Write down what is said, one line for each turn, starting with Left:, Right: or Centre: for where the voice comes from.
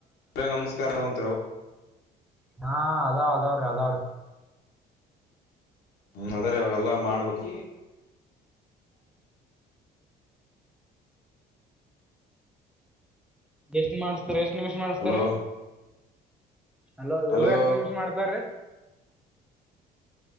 Left: ಹ ನಮಸ್ಕಾರ ಒಂ
Centre: ಹಾ ಅದಾವ್ ಅದಾವ್ರೀ ಅದಾವ್ರೀ
Left: ಹ್ಮ್ ಅದೇರೀ ಅವೆಲ್ಲಾ ಮಾಡ್ಬೇಕು
Centre: ಎಷ್ಟ ಮಾಡ್ತ ಎಷ್ಟು ನಿಮಿಷ ಮಾಡಿಸ್ತಾರ
Left: ಹಲೋ
Centre: ಅಲೋ
Left: ಹಲೋ
Centre: ಯೋಗಸ್ ನಿಮಿಷ ಮಾಡ್ತಾರೀ